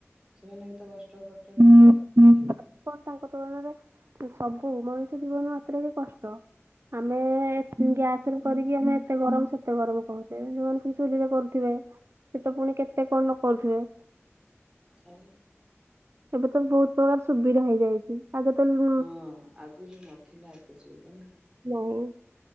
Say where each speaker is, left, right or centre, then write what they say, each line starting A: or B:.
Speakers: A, on the right; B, on the right.
A: ସେମାନେ କେତେ କଷ୍ଟକ
B: ହୁଁ। କଣ ତାଙ୍କ ତୁଳନାରେ ସବୁ ମଣିଷ ଜୀବନ ମାତ୍ରା କେ କଷ୍ଟ। ଆମେ ଗ୍ୟାସରେ କରିକି ଆମେ ଏତେ ଗରମ ସେତେ ଗରମ। କଣ କେଇଆଣି ସେମାନେ ପୁଣି ଯୋଉମାନେ ଚୁଲିରେ କରୁଥିବେ ସେ ତ ପୁଣି କେତେ କଣ ନ କରୁଥିବେ।
A: ଆଉ।
B: ଏବେ ତ ବୋହୁତ ପ୍ରକାର ସୁବିଧା ହେଇଯାଇଛି। ଆଗେ ତ ଲୁ
A: ହଁ ଆଗରୁ ନଥିଲା ଏତେ ସୁବିଧା ନାହିଁ।
B: ନାଇଁ।